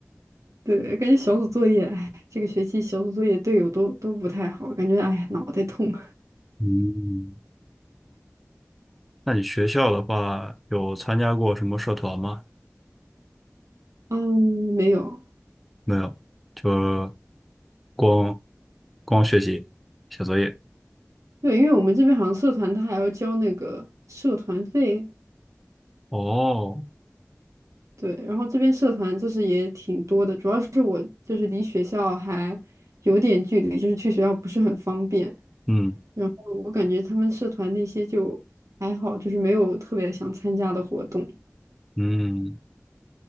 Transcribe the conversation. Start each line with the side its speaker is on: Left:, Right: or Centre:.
Right: 对，感觉小组作业，哎，这个学期小组作业队友都都不太好，感觉哎呀脑袋痛。
Centre: 嗯，那你学校的话有参加过什么社团吗？
Right: 嗯，没有，
Centre: 没有，就光光学习写作业。
Right: 对，因为我们这边好像社团他还要交那个社团费，
Centre: 哦，
Right: 对，然后这边社团就是也挺多的，主要是我就是离学校还有点距离，就是去学校不是很方便，
Centre: 嗯
Right: 然后我感觉他们社团那些就还好，就是没有特别想参加的活动。
Centre: 嗯。